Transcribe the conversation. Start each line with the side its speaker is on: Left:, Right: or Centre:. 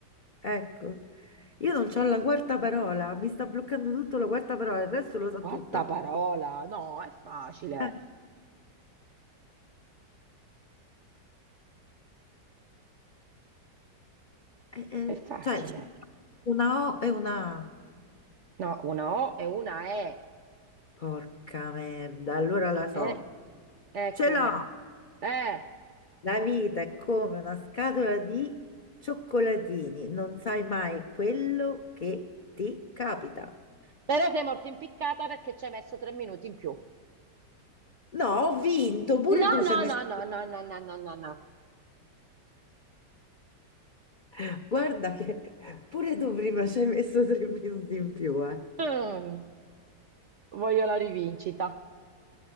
Left: Ecco, io non c'ho la quarta parola, mi sta bloccando tutto la quarta parola, il resto lo so
Right: Quarta
Left: tutta.
Right: parola, no, è facile.
Left: Eh, eh, eh,
Right: È facile.
Left: cioè, c'è una O e una A.
Right: No, una O e una E.
Left: Porca merda, allora la so.
Right: E, e
Left: Ce
Right: come?
Left: l'ho!
Right: Eh,
Left: La vita è come una scatola di cioccolatini, non sai mai quello che ti capita.
Right: però sei morto impiccata perché ci hai messo tre minuti in più.
Left: No, ho vinto, pure
Right: No,
Left: tu ci
Right: no,
Left: hai messo...
Right: no, no, no, no, no, no, no, no.
Left: <laughs> Guarda che pure tu prima ci hai messo tre minuti in più, eh.
Right: Mm, voglio la rivincita.